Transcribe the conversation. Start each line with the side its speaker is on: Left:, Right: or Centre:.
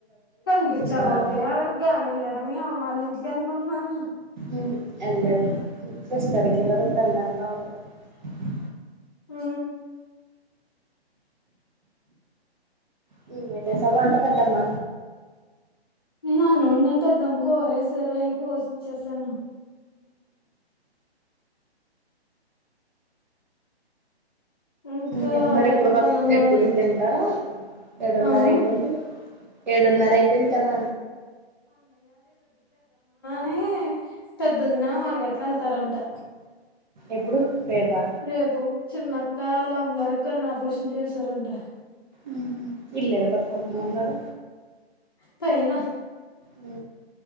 Left: కనిపిచ్చాకపోతే
Right: బాగా
Left: ఆడ అడగ్గానె లేద మీ అమ్మాళ్ళింటి చను కొసమనీ
Right: ఉహు ఏళ్లలేదు <unintelligible>
Left: ఆ
Right: నీవే చేశావ్ వంట పెద్దమ్మ
Left: నేను అన్నం వండాను పెద్దమ్మ కూరేశారు అయి కోసిచ్చేశాను. ఇంకా
Right: ఇంక
Left: ఆవిడ
Right: మరి ఎప్పుడు
Left: ఎస్తానన్నారు
Right: ఎప్పుడు తింటారా ఎడున్నర
Left: ఆహా
Right: అయిపోయింది ఏడున్నర అయిపోయింది కదా
Left: నే పెద్దొద్దిన వాన గట్ల ఎళ్తారంటె
Right: ఎప్పుడు రేపా
Left: రేపు చిన్నక్క ఆళ్లమ్మగారికి కన్ను ఆపరేషన్ చేసారంట.
Right: మ్ ఇల్లేదో కట్టుకుంటామన్నారు
Left: పయిన
Right: మ్